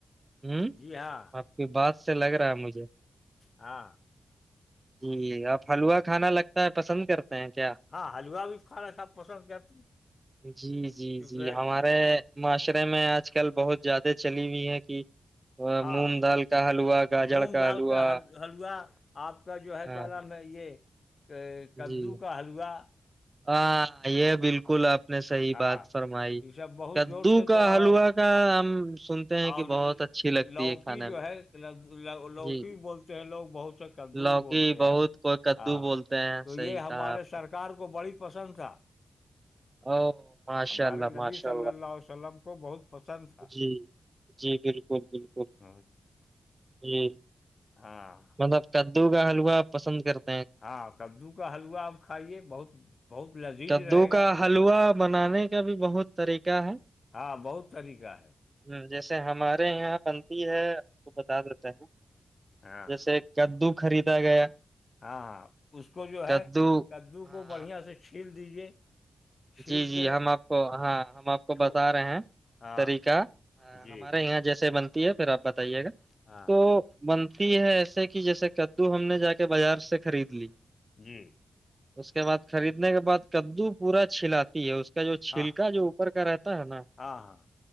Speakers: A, on the right; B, on the left.
A: ہوں
B: جی ہاں
A: آپ کی بات سے لگ رہا ہے مجھے
B: ہاں <inaudible>
A: جی آپ حلوا کھانا لگتا ہے پسند کرتے ہیں کیا
B: ہاں حلوہ بھی کھانا سب پسند کرتے
A: جی جی
B: کیونکہ
A: جی ہمارے معاشرے میں آج کل بہت زیادہ چلی ہوئی ہے کہ
B: ہاں
A: مونگ دال کا حلوا گاجر
B: مونگ
A: کا
B: ڈال
A: حلوا
B: کر حلوا آپ کا جو ہے
A: ہاں
B: کیا نام ہے یہ کددو
A: جی
B: کا حلوا
A: ہاں یہ بالکل آپ نے صحیح
B: ہاں
A: بات فرمائی
B: یہ سب بہت
A: کدو
B: زور سے
A: کا
B: چلاؤ
A: حلوا
B: آپ۔ آ-
A: <inaudible>
B: اور
A: بہت اچھی لگتی
B: لوکی
A: ہے کھانے
B: جو
A: میں
B: ہے لوکی
A: جی
B: بولتے ہیں لوگ بہت سک کدو
A: لوکی
B: بھی بولتے
A: بہت
B: ہیں
A: کوئی کدو
B: ہ
A: بولتے ہیں
B: تو
A: صحیح
B: یہ ہمارے
A: کہا آپ
B: سرکار
A: نے
B: کو بڑی پسند تھا
A: او ماشاء
B: ہمارے
A: اللہ ماشاء
B: نبی صلی اللہ عیہ وسلم کو بہت پسند تھا
A: جی جی بالکل بالکل
B: <inaudible>
A: جی
B: <inaudible>
A: مطلب کدو کا حلوا پسند کرتا
B: ہاں کدو کا حلوا آپ کھائیے بہت بہت لذیذ
A: کدو
B: رہے گا
A: کا حلوا بنانے کا بھی بہت طریقہ ہے
B: ہاں بہت طریقہ ہے
A: ہ جیسے ہمارے یہاں بنتی ہے آپ کو بتا دیتے ہیں
B: ہاں
A: جیسے کدو خریدا گیا
B: ہاں ہاں اس کو جو
A: کدو
B: ہے کدو
A: ہاں
B: کو بڑھیا سے چھیل دیجیے چھیل
A: جی جی
B: کے
A: ہم آپ کو ہاں ہم آپ کو
B: چھو-
A: بتا رہے ہیں
B: ہاں
A: طریقہ
B: جی
A: ہمارے یہاں جیسے بنتی ہے پھر آپ بتائیے گا
B: ہاں
A: تو بنتی ہے ایسے کہ جیسے کدو ہم نے جا کے بازار سے خرید لی
B: جی
A: اس کے بعد خریدنے کے بعد کدو پورا چھلا ہے اس کا جو چھلکا
B: ہاں
A: جو اوپر کا رہتا ہے نا
B: ہاں ہاں